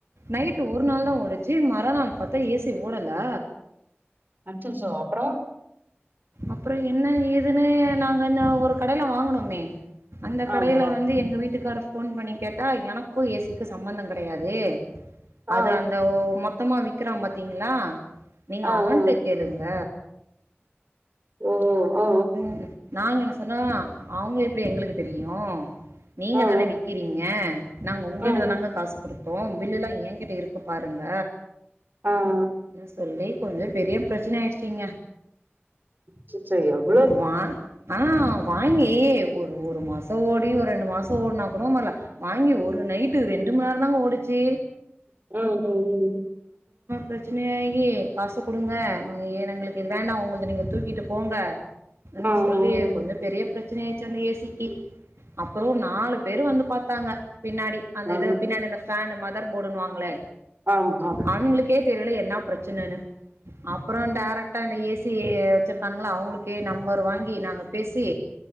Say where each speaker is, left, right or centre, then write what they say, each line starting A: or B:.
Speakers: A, on the right (about 85°); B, on the right (about 50°).
A: நைட் ஒரு நாள் தா ஓடுச்சு மறா நாள் பாத்தா ஏ சி ஓடல
B: அச்சச்சோ அப்புறோ
A: அப்புறோ என்ன ஏதுன்னு நாங்க ஒரு கடையில வாங்கனோமே அந்த கடையில
B: ஆமா
A: வந்து எங்க வீட்டுக்கார போன் பண்ணி கேட்டா எனக்கு ஏ சி-க்கு சம்பந்தம் கெடையாது
B: ஆ
A: அது அந்த மொத்தமா வி க்கிறா பாத்தீங்களா நீங்க
B: ஆ ஆ ஆ
A: அவன்ட்ட
B: ஆ
A: கேளுங்க
B: ஓ ஓ
A: ம் நாங்க என்ன சொன்னா அவங்க எப்டி எங்களுக்கு தெரியு நீங்க
B: ஆ ஆ
A: தானே விக்கிறீங்க, நாங்க உங்ககிட்டதானாங்க
B: ஆ ஆ ஆ ம் ம்
A: காசு குடுத் த்தோ பில்லு எல்லா ஏங்கிட்ட இருக்கு பாருங்க
B: ஆஆ
A: ன்னு சொல்லி கொஞ்சோ பெரிய பிரச்சன ஆயிடுச்சிங்க
B: அச்சச்சோ எவ்
A: ம், வா ஆ வாங்கி ஒரு ஒரு மாச ஓடி ஒரு ரெண்டு மாசம் ஓடினா கூட வரல வாங்கி ஒரு நைட்டு ரெண்டு மண்நேரம் தாங்க ஓடுச்சி
B: ம் ம் ம்
A: பிரச்சனையாகி காச குடுங்க ஏ எங்களுக்கு இது வேண்டா உங்களுத நீங்க தூக்கிட்டு போங்க ன்னு
B: ம் ம்
A: சொல்லி
B: ம்
A: கொஞ்சோ பெரிய பிரச்சனையாயிடுச்சி அந்த ஏ சி க்கி அப்பறோ நாலு பேரு வந்து பார்த்தாங்க பின்னாடி அந்த
B: ஆ ஆ ஆ
A: இது பின்னாடி அந்தஃபேன் மாதிரி போடுனுவாங்களே
B: ஆ ஆமா
A: ஆண்களுக்கு ஏற்ற தெரியல என்ன பிரச்சனைனு அப்புறம் டைரக்ட் இந்த ஏசி வச்சிருக்கானு அவங்களுக்கு நம்பர் வாங்கி நாங்க பேசி